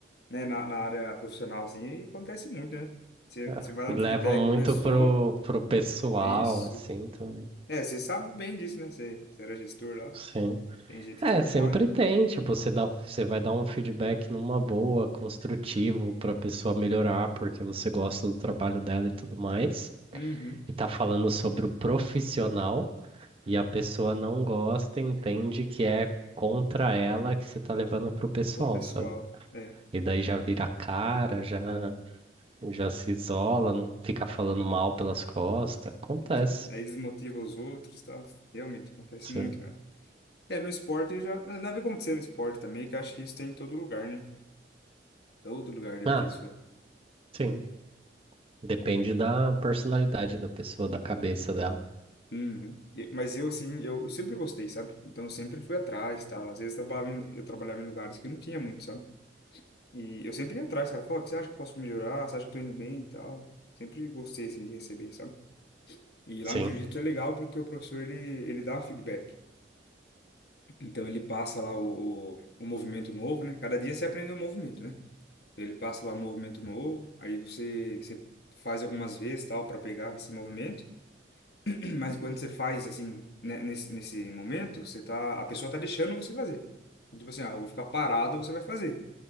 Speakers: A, on the left; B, on the right.
A: né, na, na área profissional assim, acontece muito, né? Você,
B: É,
A: você vai dar
B: E levam
A: um feedback pra
B: muito
A: pessoa,
B: pro, pro pessoal,
A: é isso.
B: assim, também.
A: É, você sabe bem disso, né? Você, você era gestor lá.
B: Sim.
A: Tem gente
B: É,
A: que você não
B: sempre
A: pode.
B: tem, tipo, você dá, você vai dar um feedback numa boa, construtivo, pra pessoa melhorar, porque você gosta do trabalho dela e tudo mais.
A: Uhum.
B: E tá falando sobre o profissional, e a pessoa não gosta, entende que é contra ela que você tá levando pro pessoal,
A: Pô, pessoal.
B: sabe?
A: É.
B: E daí já vira a cara, já, já se isola, não fica falando mal pelas costas. Acontece.
A: Des- aí desmotiva os outros, e tal. Realmente acontece
B: Sim.
A: muito, cara. É, no esporte eu já. deve acontecer no esporte também, que eu acho que isso tem em todo lugar, né? Todo lugar deve
B: Ah,
A: ter isso aí.
B: Sim, depende da personalidade da pessoa, da cabeça dela.
A: Uhum. E- mas eu, assim, eu, eu sempre gostei, sabe? Então eu sempre fui atrás, tal. Às vezes eu trabalhava em, eu trabalhava em lugares que não tinha muito, sabe? E eu sempre ia atrás, cara. Falava, "Ó, o que você acha que eu posso melhorar? Você acha que eu tô indo bem e tal? Sempre gostei, assim, de receber, sabe? E
B: Sim,
A: lá no jiu-jitsu é legal porque o professor, ele, ele dá um feedback. Então ele passa lá o, o, o movimento novo, né? Cada dia você aprende um movimento, né? Então ele passa lá um movimento novo, aí você, você faz algumas vezes tal para pegar esse movimento, <clears throat> mas quando você faz assim, né, nesse, nesse momento, você tá, a pessoa tá deixando você fazer. Então, tipo assim, ah, eu vou ficar parado, você vai fazer.